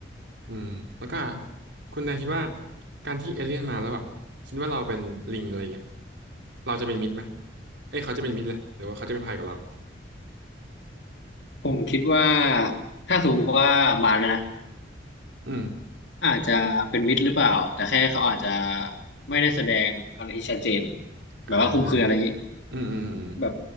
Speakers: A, on the right (about 75°); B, on the left (about 70°).
A: อืมแล้วก็คุณนายคิดว่าการที่เอเลี่ยนมาแล้วแบบคิดว่าเราเป็นลิงอะไรเงี้ยเราจะเป็นมิตรไหมเอ้ยเขาจะเป็นมิตรเลยหรือว่าเขาจะเป็นภัยกับเรา
B: ผมคิดว่าถ้าสมมติว่ามาแล้วนะ
A: อืม
B: อาจจะเป็นมิตรหรือเปล่าแต่แค่เขาอาจจะไม่ได้แสดงอะไรที่ชัดเจนแบบว่าคุมเครืออะไรอย่างนี้
A: อ่าอืม อืมอืม
B: แบบ